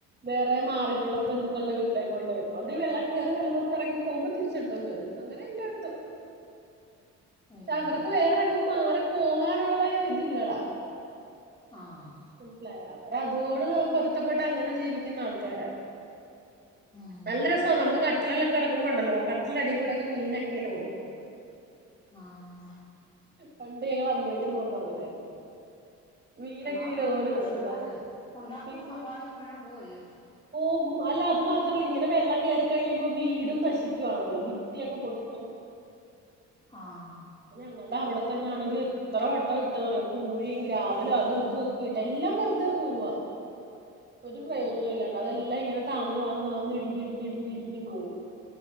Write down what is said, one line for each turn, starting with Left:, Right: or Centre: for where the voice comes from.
Right: വേറെ മാറിട്ടുള്ള ബന്ധുക്കള വീട്ടിലേ കൊണ്ട്ക്കുംണ്ട് വെം കയറി വെള്ളമ ഒക്ക ഇറങ്ങി പോകുമ്പോ തിരിച്ചെടുത്തൊണ്ട് വരും അങ്ങനെ എല്ലായിടത്തും
Left: അയ്യോ
Right: പ അവർക്ക് വേറെങ്ങും മാറി പോകാനുള്ള ഇതില്ലടാ
Left: ആഹ്
Right: മനസിലായ അവര അതോട് പൊരുത്തപ്പെട്ട അങ്ങനെ ജീവിക്കുന്ന ആൾക്കാരാ
Left: ഉം
Right: നല്ല രസമാണ് നമ്മള് കാട്ട കട്ടലിലൊക്കെിടക്കുമ്പോണ്ടല്ലോ കട്ടലി അടി കൂടെയൊക്കെ മീനൊക്കെ ഇങ്ങനെ കൂടും
Left: ആഹ്
Right: പണ്ട് ഞങ്ങ അമ്മ വീട്ടിൽ പോ്പോ അങ്ങനായിരുന്നു മീനൊക്കെ
Left: എന്നാലും
Right: ഇങ്ങനെ
Left: ഭയങ്കര
Right: ഓടി
Left: കഷ്ടപ്പാടല്ലേ
Right: നടക്കുന്നതാ
Left: ഉണ്ടാക്കുന്ന
Right: പിന്നെ
Left: സമ്പാദ്യം മുഴുവൻ പോവല്ലേ
Right: പോകും അല്ല അത മാത്ര ഇങ്ങനെ വെള്ളം കേറി കഴിയുമ്പോ വീടും നശിക്കുവാണല്ലോ ഭിത്തിയൊക്കെ പൊട്ടും
Left: ആഹ്
Right: ഞങ്ങളുടെ അവിടെ തന്നെ ആണെങ്കില എത്ര വട്ടം ഇട്ടന്ന് പറയാ പൂഴിയും ഗ്രാവലും അതും ഇതുംക്കെ ഇട്ട് എല്ലാം വെറുതെ പോവാുക <inaudible> ഒരു പ്രയോജനം
Left: അയ്യോ
Right: ഇല്ലാണ്ട് അതെല്ലാം ഇങ്ങനെ താന്നു താന്നു താന്നന്ന് ഇടിഞ്ഞഞ് ഇടിഞ്ഞഞ് ഇടിഞ്ഞഞ് ഇടിഞ്ഞഞ് പോകും